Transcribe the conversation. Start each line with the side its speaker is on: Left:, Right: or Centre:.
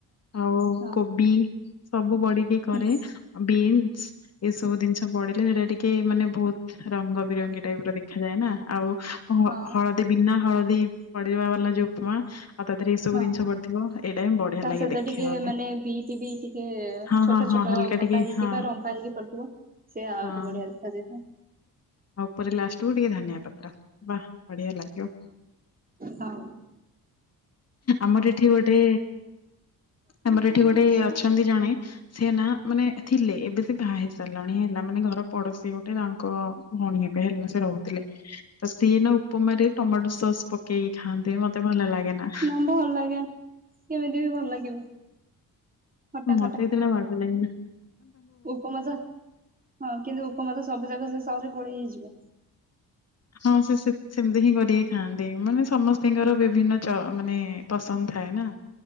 Left: ଆଉ
Right: ହଁ
Left: କୋବି ସବୁ ପଡିକି କରେ।
Right: ହଁ
Left: ବିନ୍ସ ଏସବୁ ଜିନିଷ ପଡିଲେ ସେଟା ଟିକେ ମାନେ ବହୁତ ରଙ୍ଗ ବିରଙ୍ଗୀ ଟାଇପ ର ଦେ ଦେଖାଯାଏ ନା ଆଉ
Right: ହଁ
Left: ହଳଦୀ ବିନା ହଳଦୀ ପଡିବା ବାଲା ଯୋଉ ଉପମା। ଆଉ ତା ଦେହରେ ଏଇ ସବୁ
Right: ହଁ
Left: ଜିନିଷ ପଡିଥିବ ଏଇଟା ହିଁ ବଢିଆ
Right: ତା
Left: ଲାଗେ
Right: ସହିତ
Left: ଦେଖେଇବା
Right: ଟିକେ
Left: ପାଇଁ
Right: ମାନେ ବିଟି ବି ଟିକେ
Left: ହଁ
Right: ଛୋଟ
Left: ହଁ ହଁ
Right: ଛୋଟ
Left: ହାଲକା
Right: କଟା
Left: ଟିକେ
Right: ହେଇକି
Left: ହଁ
Right: ବା ରମ୍ପା ହେଇକି ପଡିଥିବ ସେଏ ଆହୁରି
Left: ହଁ
Right: ବଢିଆ ଦେଖାଯାଇ।
Left: ଆଉ ଉପରେ ଲାଷ୍ଟକୁୁ ଟିକେ ଧନିଆ ପତ୍ର ବା ବଢିଆ ଲାଗିବ।
Right: ହଁ
Left: ଆମର ଏଠି ଗୋଟେ ଆମର ଏଠି ଗୋଟେ ଅଛନ୍ତି ଜଣେ ସିଏ ନା ମାନେ ଥିଲେ ଏବେ ସେ ବାହା ହେଇ ସାରିଲଣି ହେଲା, ମାନେ ଘର ପଡୋଶୀ ଗୋଟେ ତାଙ୍କ ଭଉଣୀ ହେବେ ହେଲେ ସେ ରହୁଥିଲେ, ତ ସିଏ ନା ଉପମାରେ ଟମାଟୋ ସସ୍ ପକେଇକି ଖାଆନ୍ତି, ମତେ ଭଲ ଲାଗେ ନା।
Right: ନମ୍ବ ଭଲ ଲାଗେ କେମିତି ବି ଭଲ ଲାଗିବ। ଖଟା
Left: ମତେ ଏତେଟା ବାଗ-ଲାଗେନା।
Right: ଉପମାଯା ହଁ କିନ୍ତୁ ଉପମାସ ସବୁ ଜାଗ ସେ ସହଯେ ଗୋଳେଇ ହେଇଯିବ।
Left: ହଁ ସେ ସେମତି ହିଁ କରିକି ଖାଆନ୍ତି ମାନେ ସମସ୍ତତିଙ୍କର ବିଭିନ୍ନ ଚ ମାନେ ପସନ୍ଦ ଥାଏ ନା।